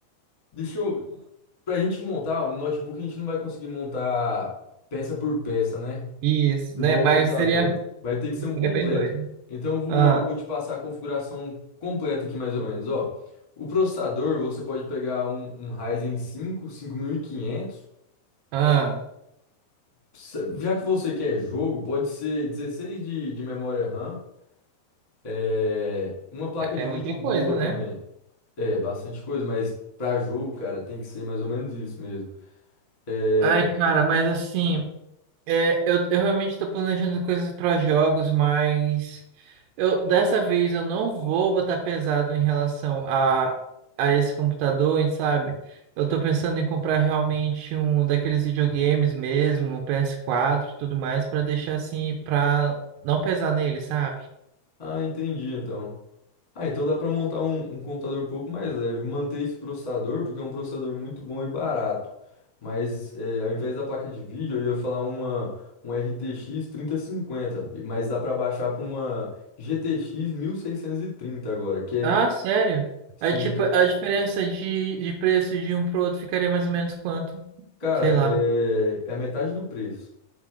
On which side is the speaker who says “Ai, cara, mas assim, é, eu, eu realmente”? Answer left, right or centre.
Right